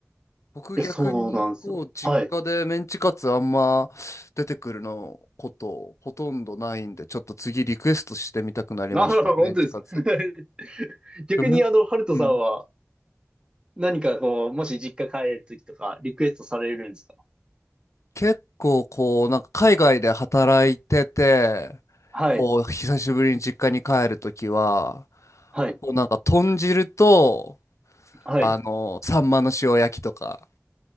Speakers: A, on the left; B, on the right.
A: 僕逆にこう実家でメンチカツあんま出てくるのことほとんどないんでちょっと次リクエストしてみたくなりましたメンチカツ。
B: いや、そうなんですよ。はい。あ、本当ですか。<laughs> 逆にあの、
A: でも、
B: ハルトさんは
A: うん、
B: 何かこう、もし実家帰るときとかリクエストされるんですか
A: 結構こうなんか海外で働いてて
B: はい、
A: こう久しぶりに実家に帰るときは
B: はい、
A: こうなんか豚汁と
B: はい。
A: あのサンマの塩焼きとか